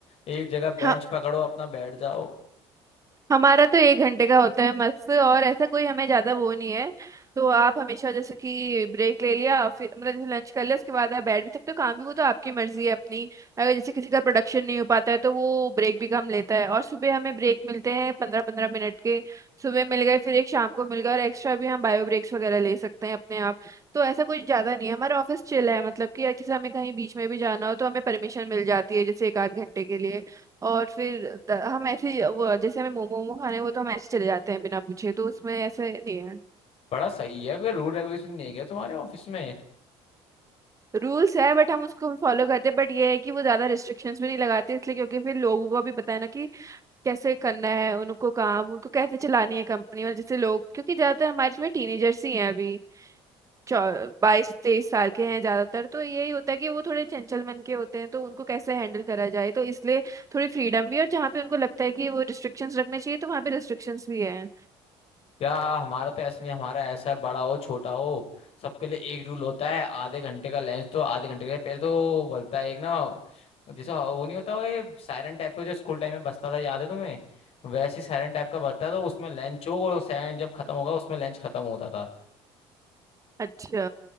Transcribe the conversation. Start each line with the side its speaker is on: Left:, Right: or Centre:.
Left: एक जगह बेंच
Right: हाँ
Left: पकड़ो अपना बैठ जाओ
Right: हमारा तो एक घंटे का होता है मस्त और ऐसा कोई हमें ज्यादा वो नहीं है तो आप हमेशा जैसे कि ब्रेक ले लिया फिर मतलब जैसे लंच कर लिया उसके बाद आप बैठ भी सकते हो काम भी वो तो आपकी मर्जी है अपनी अगर जैसे किसी का प्रोडक्शन नहीं हो पाता है तो वो ब्रेक भी कम लेता है और सुबह हमें ब्रेक मिलते हैं पंद्रह पंद्रह मिनट के सुबह मिल गए फिर एक शाम को मिल गए और एक्स्ट्रा भी हम बायो ब्रेक्स वगैरह ले सकते हैं अपने आप तो ऐसा कुछ ज्यादा नहीं है हमारा ऑफिस चिल है मतलब कि जैसे हमें कहीं बीच में भी जाना हो तो हमें परमिशन मिल जाती है जैसे एक आध घंटे के लिए और फिर द- हम ऐसे ही- वो जैसे हमें मोमो मोमो खाने हैं, वो तो हम ऐसे चले जाते हैं बिना पूछे तो उसमें ऐसे नहीं है
Left: बड़ा सही है कोई रूल रेगुलेशन नहीं है क्या तुम्हारे ऑफिस में
Right: रूल्स है बट हम उसको फॉलो करते हैं बट ये है कि वो ज्यादा रिस्ट्रिक्शंस भी नहीं लगाते इसलिए क्योंकि फिर लोगों को भी पता है ना कि कैसे करना है उनको काम उनको कैसे चलानी है कंपनी और जैसे लोग क्योंकि ज्यादातर हमारे इसमें टीनेजर्स ही हैं अभी बाईस तेईस साल के हैं ज्यादातर तो यही होता है कि वो थोड़े चंचल मन के होते हैं तो उनको कैसे हैंडल करा जाए तो इसलिए थोड़ी फ्रीडम भी और जहाँ पे उनको लगता है कि वो रिस्ट्रिक्शंस रखने चाहिए तो वहाँ पे रिस्ट्रिक्शंस भी है
Left: या हमारा तो ऐसा नहीं हमारा ऐसा है बड़ा हो छोटा हो सबके लिए एक रूल होता है आधे घंटे का लंच तो आधे घंटे का पहले तो बोलता है एक ना जैसे वो नहीं होता वो ये सायरन टाइप का जो स्कूल टाइम में बजता था याद है तुम्हें वैसे ही सायरन टाइप का बजता था तो उसमें लंच हो और सायरन जब खत्म होगा उसमें लंच खत्म होता था
Right: अच्छा